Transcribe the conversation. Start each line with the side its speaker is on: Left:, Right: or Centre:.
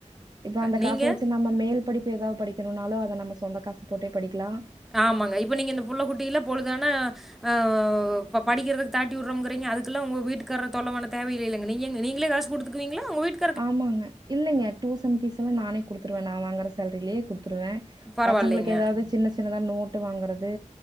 Right: இப்ப அந்த
Centre: நீங்கள்
Right: காச வெச்சு நம்ம மேல் படிப்பு எதா படிக் இருந்தாலு அத நம்ம சொந்த காச போட்டே படிக்லா
Centre: ஆமாங்க இப்ப நீங்க இந்த புள்ள குட்டிலா பொழுதானா அ இப்ப படிக்கிறதுக்கு தாட்டி உட்றம்ங்குறீங்க அதக்கெல்லா உங்க வீட்டுக்கார தொல்ல பண்ண தேவயில்லைலங்க நீங்க நீங்ளே காஸ் குடுத்துக்குவீங்களா உங்க வீட்டு
Right: ஆமாங்க இல்லைங்க டூசன் ஃபீஸல்லா நானே குடுத்துருவே நா வாங்கற சேல்ரீலையே குடுத்துருவே
Centre: பரவாயில்லைங்க.
Right: பசங்களுக்கு எதாவது சின்ன சி சின்னதா நோட்டு வாங்கறது